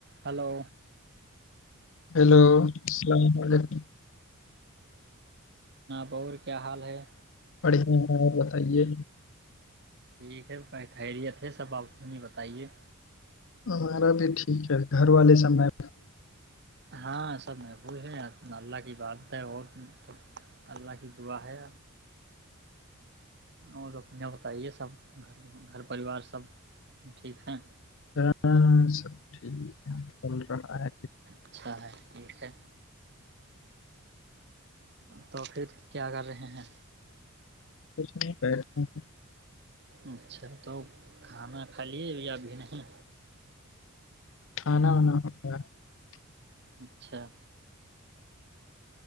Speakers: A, on the right (about 50°); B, on the left (about 60°).
A: ہلو
B: ہیلو السلام علیکم
A: بور کیا حال ہے
B: پڑے ہیں اور بتائیے
A: ٹھیک ہے خیریت ہے سب آپنی بتائیے
B: ہمارا بھی ٹھیک ہے گھر والے سب میں
A: ہاں سب محفوظ ہے اللہ کی بادت ہے ب اللہ کی دعا ہے اور اپنے بتائیے سب گھر پریوار سب ٹھیک ہے
B: ہاں ٹھیک ہے چل رہا ہے
A: اچھا ہے ٹھیک ہے تو پھر کیا کر رہے ہیں
B: نہیں
A: اچھا تو کھانا کھا لیے بھی ابھی نہیں
B: آان ہونا ہو <unintelligible>
A: اچھا